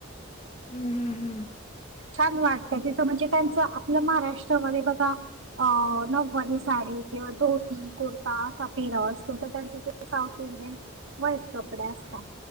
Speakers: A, on the left (about 30°); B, on the right (about 75°).
A: हम्म हम् हम्म
B: छान वाटतं तिथं, म्हणजे त्यांचं, आपलं महाराष्ट्रामध्ये बघा अ नव्वारी साडी किंवा धोती, कुर्ता, <unintelligible> असतो तर त्यांचे ते साऊथ इंडियन, व्हाईट कपडे असता.